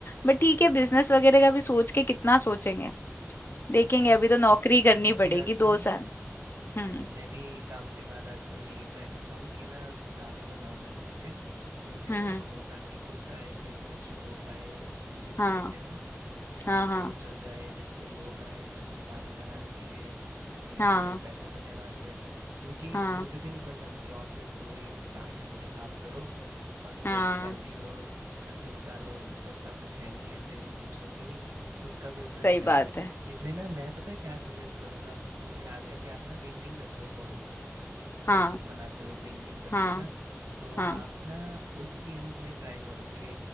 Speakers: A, on the left; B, on the right.
A: बट ठीक है बिजनेस वगैरह का भी सोच के कितना सोचेंगे देखेंगे
B: बिल्कुल
A: अभी तो नौकरी करनी
B: मैं भी
A: पड़ेगी
B: आजकल
A: दो
B: ना
A: साल हम्म
B: मैं भी काम के बाद आजकल यही ट्राई करता हूँ कि ना गाने बनाऊँ मैं खुद के म्यूज़िक
A: हम्म
B: सीखूँ ताकि खुद का एक बिजनेस शुरू हो पाए म्यूज़िक
A: हाँ
B: रिलेटेड ना कि स्टूडियो
A: हाँ हाँ
B: चल जाए जिस पे लोग आए अपने गाने बनाने के लिए और मेरी
A: हाँ
B: थोड़े पैसे बने वहाँ से क्योंकि
A: हाँ
B: मुझे भी नहीं पसंद कि ऑफिस वही आठ घंटे काम करो और फिर
A: हाँ
B: सैलरी लो खर्चे निकालो बचता कुछ है नहीं है सेविंग कुछ होती नहीं खुद का बिजनेस
A: सही
B: बेस्ट
A: बात
B: है
A: है
B: इसलिए ना मैं पता है क्या सजेस्ट करूँगा मुझे याद है कि आप ना पेंटिंग करते हो बहुत अच्छी स्केचेस
A: हाँ
B: बनाते हो पेंटिंग करते
A: हाँ
B: हो ना तो
A: हाँ
B: आप ना उस फील्ड में ट्राई करो कि